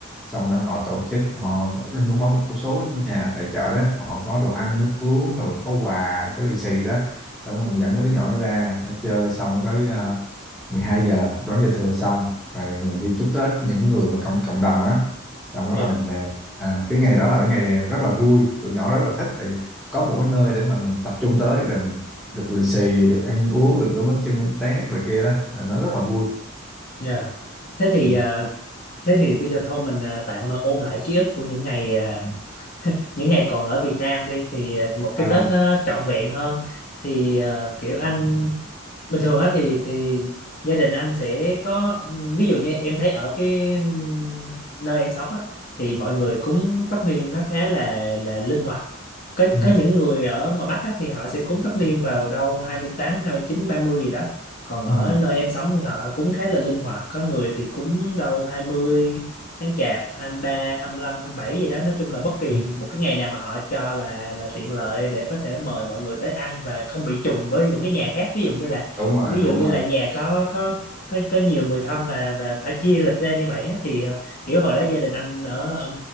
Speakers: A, in the centre; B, on the left.
A: xong đó họ tổ chức họ có có một số nhà tài trợ đó họ có đồ ăn nước uống rồi có quà có lì xì đó xong rồi mình dẫn mấy đứa nhỏ nó ra nó chơi xong rồi tới ờ, 12 giờ đón giao thừa xong rồi mình đi chúc Tết những người mà cộng cộng đồng á xong đó
B: Dạ,
A: là mình về à, cái ngày đó là cái ngày rất là vui tụi nhỏ rất là thích tại vì có một cái nơi để mà mình tập trung tới rồi mình được lì xì được ăn uống được gói bánh chưng bánh tét rồi kia đó rồi nó rất là vui
B: dạ. thế thì
A: ừ.
B: ờ, thế thì bây giờ thôi mình ờ, tạm ờ, ôn lại ký ức của những ngày ờ, những ngày còn ở Việt Nam đi thì ờ, một cái
A: à
B: Tết nó trọn vẹn hơn thì ờ, kiểu anh bình thường á thì thì gia đình anh sẽ có ví dụ như em thấy ở cái ừm, nơi em sống á thì mọi người cúng tất niên nó khá là là linh hoạt có
A: Ừ.
B: có những người ở ngoài Bắc á, thì họ sẽ cúng tất niên vào đâu 28, 29, 30 gì đó. Còn ở
A: Ừ.
B: nơi em sống thì họ cúng khá là linh hoạt, có người thì cúng đâu 20 tháng Chạp, 23, 25, 27 gì đó, nói chung là bất kỳ
A: Ừ.
B: một cái ngày nào mà họ cho là là tiện lợi để có thể mời mọi người tới ăn và không bị trùng với những cái nhà khác, ví dụ như là
A: đúng rồi
B: ví dụ
A: đúng
B: như
A: rồi
B: là nhà có có có có nhiều người thân và và phải chia lịch ra như vậy á, thì kiểu hồi đó gia đình anh ở ở,